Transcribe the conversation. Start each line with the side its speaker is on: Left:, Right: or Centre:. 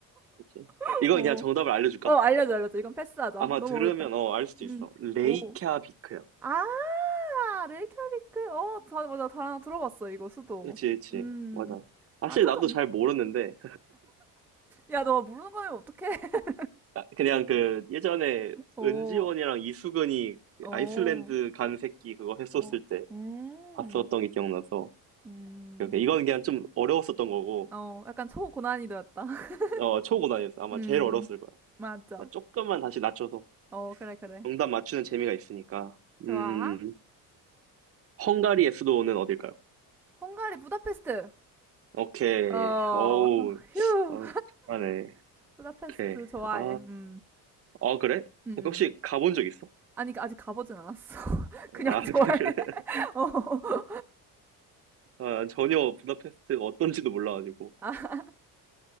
Right: 그치?
Centre: <laughs>
Right: 이거
Centre: 어.
Right: 그냥 정답을 알려줄까?
Centre: 어, 알려줘, 알려줘. 이건 패스하자.
Right: 아마
Centre: 너무
Right: 들으면
Centre: 어렵다.
Right: 어, 알 수도
Centre: 음,
Right: 있어. 레이캬비크야.
Centre: 오. 아, 아, 레이캬비크. 어, 다, 맞아. 다 들어봤어, 이거, 수도.
Right: 그치, 그치.
Centre: 음.
Right: 맞아. 사실
Centre: 아, 조금.
Right: 나도 잘 모르는데
Centre: 야, 너 모르는 거면 어떡해. <laughs>
Right: <laughs> 그냥 그 예전에
Centre: 어,
Right: 은지원이랑 이수근이
Centre: 어,
Right: 아이슬란드 간 새끼 그거 했었을
Centre: 어.
Right: 때
Centre: 음.
Right: 봤었던 게 기억나서
Centre: 음.
Right: 이렇게 이건 그냥 좀 어려웠었던 거고
Centre: 어, 약간 초고난이도였다. <laughs>
Right: 어 초고난이었어 아마
Centre: 음.
Right: 제일 어려웠을 거야
Centre: 맞아.
Right: 나 조금만 다시 낮춰서
Centre: 어, 그래, 그래.
Right: 정답 맞추는 재미가 있으니까
Centre: 좋아.
Right: 음 헝가리의 수도는 어딜까요?
Centre: 헝가리 부다페스트.
Right: 오케이
Centre: 어,
Right: 어우
Centre: <laughs> 휴.
Right: 어 잘하네
Centre: 부다페스트
Right: 오케이
Centre: 좋아해.
Right: 아...
Centre: 음.
Right: 어, 그래?
Centre: 음.
Right: 어, 혹시
Centre: 음.
Right: 가본 적 있어?
Centre: 아니, 아직 가보진 않았어. <laughs> 그냥
Right: 아, <laughs>
Centre: 좋아해.
Right: 그래, 그래.
Centre: <laughs> 어.
Right: 아, 전혀 부다페스트가 어떤지도 몰라가지고.
Centre: 아,